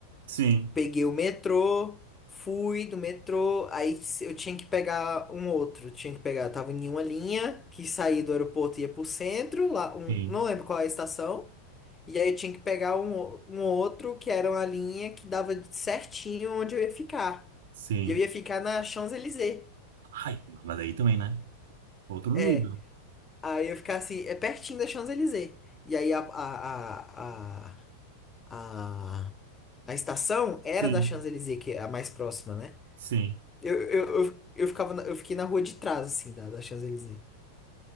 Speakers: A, on the right; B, on the left.
A: Sim,
B: Peguei o metrô, fui do metrô, aí se- eu tinha que pegar um outro. Tinha que pegar, tava em uma linha que saía do aeroporto e ia pro centro, lá, um-
A: sim,
B: não lembro qual é a estação. E aí eu tinha que pegar um, o- um outro que era uma linha que dava certinho onde eu ia ficar.
A: sim.
B: E eu ia ficar na Champs-Élysées.
A: Ai, mas aí também, né? Outro
B: É.
A: nível.
B: Aí eu ia ficar assim, é pertinho da Champs-Élysées. E aí a, a, a, a, a A estação era
A: Sim,
B: da Champs-Élysées, que é a mais próxima, né?
A: sim.
B: Eu, eu, eu, eu ficava na- eu fiquei na rua de trás, assim, da, da Champs-Élysées.